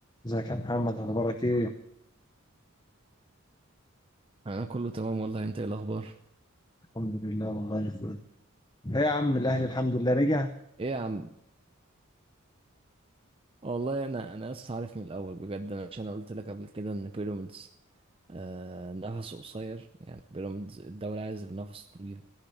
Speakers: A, on the left (about 20°); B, on the right (about 25°).
A: ازيك يا محمد اخبارك ايه؟
B: انا كله تمام والله انت ايه الاخبار
A: الحمد لله والله بخير. ايه يا عم الاهلي الحمد لله رجع
B: ايه يا عم والله انا انا لسه عارف من الاول بجد انا مش انا قلت لك قبل كده ان بيراميدز آه نفسه قصير يعني بيراميدز الدوري عايز النفس طويل